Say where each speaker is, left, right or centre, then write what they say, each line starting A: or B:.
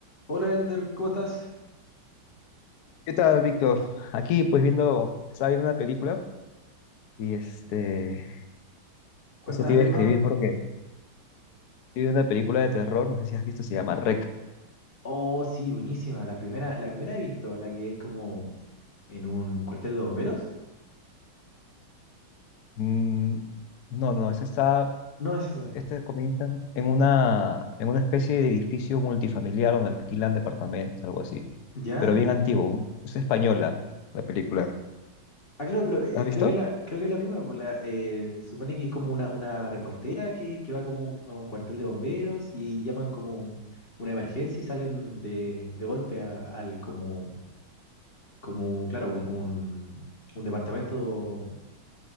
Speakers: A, on the left; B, on the left.
A: Hola Elder, ¿cómo estás?
B: ¿Qué tal, Víctor? Aquí, pues viendo, estaba viendo una película y este,
A: ¿Cuál
B: eso
A: estabas
B: te iba
A: viendo?
B: a escribir porque estoy viendo una película de terror, no sé si has visto, se llama REC.
A: Oh, sí, buenísima. La primera, la primera he visto, la que es como en un cuartel de bomberos.
B: Mm, no, no, esta está,
A: No es esa.
B: este comienza en una, en una especie de edificio multifamiliar donde alquilan departamentos, algo así,
A: ¿Ya?
B: pero bien antiguo. Es española la película.
A: Ah, claro, pero eh,
B: ¿La has visto?
A: creo que la, creo que es la misma. pues, la, eh, se supone que es como una, una reportera que, que va como a un- a un cuartel de bomberos y, y llaman como una emergencia y salen de, de golpe a- al como, como, claro, un, un, un departamento